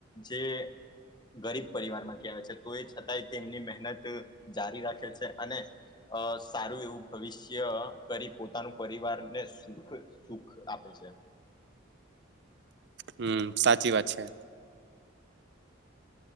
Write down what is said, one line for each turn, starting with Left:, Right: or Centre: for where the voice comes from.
Left: જે ગરીબ પરિવાર માંથી આવે છે તો એ છતાંય તેમની મહેનત જારી રાખે છે અને અ સારું એવું ભવિષ્ય કરી પોતાનું પરિવારને સુખ સુખ આપે છે
Right: હમ્મ સાચી વાત છે.